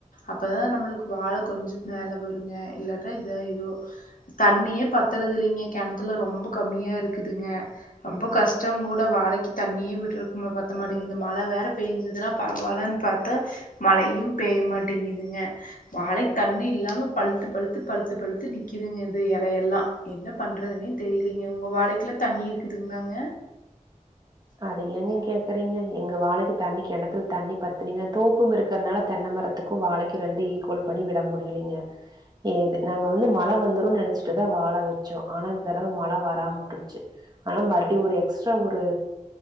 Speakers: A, on the left (about 80°); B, on the right (about 30°).
A: அப்பதா நம்மளுக்கு வாழ கொஞ்சொ மேல வருங்க இல்லாட்ட இதாயிரு தண்ணியே பத்துறதுல்லைங்க கெணத்துல ரொம்ப கம்மியா இருக்குதுங்க ரொம்ப கஷ்டொ கூட வாழைக்கு தண்ணியே விட்டுருக்கும் பத்த மாட்டேங்குது இந்த மழ வேற பேஞ்சுதுன்னா பரவால்லன்னு பாத்தா மழையும் பேய்யமாட்டேங்குதுங்க வாழைக் தண்ணி இல்லாம பழுத்து பழுத்து பழுத்து பழுத்து நிக்கிதுங்க இது எலையெல்லா என்ன பண்றதுனே தெரியலங்க உங்க வாழைக்குல்லா தண்ணி இருக் குதுங்க்ளாங்க
B: அது ஏங்க கேக் றீங்க எங்க வாழைக்கு தண்ணிக்கெணத்துல தண்ணி பத்துலிங்க தோப்பும் இருக்கிறதுனால தென்ன மரத்துக்கு வாழைக்கு ரெண்டு ஈக்குவல் பண்ணி விட முடியலீங்க ஏ நாங்க வந்து மழ வந்துரு நெனச்சிட்டுதா வாழ வெச்சோ ஆனா இந்த தடவ மழ வராமுட்ருச்சு ஆனா மறுவடி ஒரு எக்ஸ்ட்ரா ஒரு